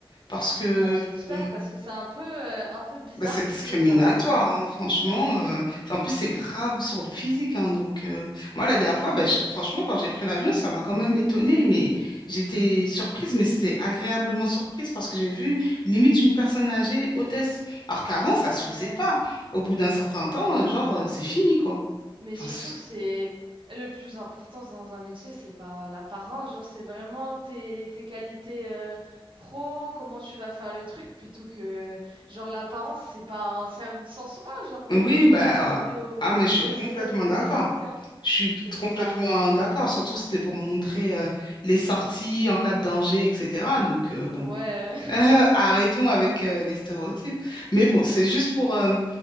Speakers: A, on the left; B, on the right.
A: Parce que.
B: Bah, j'espère,
A: euh,
B: parce que c'est un peu, euh, un peu bizarre,
A: Bah, c'est discriminatoire,
B: tu sais, genre de...
A: hein, franchement.
B: Ouais.
A: euh. En plus, c'est grave sur le physique. hein, donc, euh, moi, la dernière fois, bah, je- franchement, quand j'ai pris l'avion, ça m'a quand même étonnée. Mais j'étais surprise, mais c'était agréablement surprise parce que j'ai vu limite une personne âgée, hôtesse. Alors qu'avant, ça se
B: Ouais.
A: faisait pas. Au bout d'un certain temps, euh, genre, euh, c'est fini, quoi.
B: Mais
A: Enfin,
B: surtout
A: c'est-
B: que c'est le plus important dans un métier, c'est pas l'apparence, genre c'est vraiment tes, tes qualités euh, pro, comment tu vas faire le truc, plutôt que genre l'apparence, c'est pas un service en soi, genre t'es-
A: oui,
B: ils
A: bah,
B: vont pas demander
A: euh,
B: aux,
A: ah, mais je suis
B: aux
A: complètement
B: hôtesses d'être
A: d'accord.
B: des mannequins.
A: Je suis
B: C'est bizarre.
A: complètement d'accord. Surtout, c'était pour montrer euh, les sorties en cas de danger, etc. Donc, euh, bon.
B: Ouais, euh,
A: <laughs> Arrêtons avec euh, les stéréotypes. Mais bon, c'est juste pour euh,